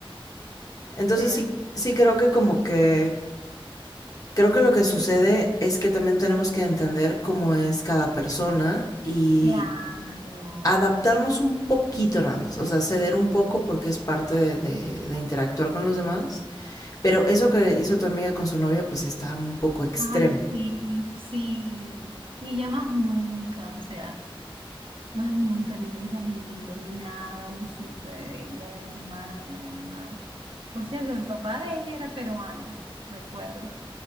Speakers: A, on the left (about 40°); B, on the right (about 65°).
A: Entonces
B: Ser,
A: sí, sí creo que como que Creo que lo que sucede es que también tenemos que entender cómo es cada persona y
B: claro.
A: adaptarnos
B: Sí.
A: un poquito nada más, o sea, ceder
B: Ah,
A: un poco porque es parte de, de- de interactuar con
B: sí.
A: los demás, pero eso que hizo tu amiga con su novia pues sí está un poco extremo.
B: Ay, sí, sí. Y ya más nunca, o sea. Más nunca, ni un mensajito, ni nada, no supe de ella, de la hermana, de la mamá. Por cierto, el papá de ella era peruano, recuerdo.